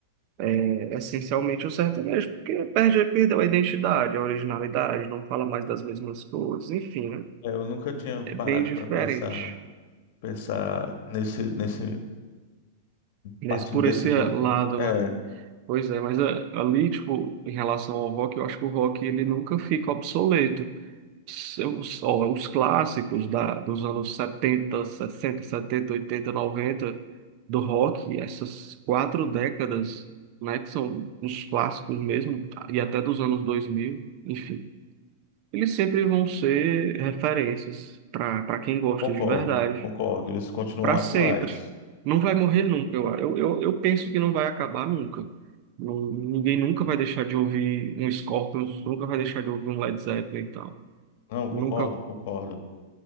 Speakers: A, on the right (about 45°); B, on the left (about 55°).
A: é, essencialmente o sertanejo, porque perde, perdeu a identidade, a originalidade, não fala mais das mesmas coisas, enfim, né?
B: É, Eu nunca tinha
A: É
B: parado
A: bem diferente.
B: para pensar pensar nesse, nesse,
A: Mas
B: partindo
A: por
B: desse
A: esse
B: ponto,
A: lado,
B: não. É,
A: né? Pois é, mas a- ali, tipo, em relação ao rock, eu acho que o rock ele nunca fica obsoleto. Os, ó, os clássicos da, dos anos 70 60 70 80 90 do rock, essas quatro décadas, né, que são os clássicos mesmo, e até dos anos 2000 enfim, eles sempre vão ser referências para para quem gosta
B: concordo,
A: de verdade
B: concordo. Eles continuam
A: para
B: atuais.
A: sempre. Não vai morrer nunca, eu, eu, eu eu penso que não vai acabar nunca. Não- ninguém nunca vai deixar de ouvir um Scorpions, nunca vai deixar de ouvir um Led Zeppelin e tal.
B: Não, concordo,
A: Nunca,
B: concordo.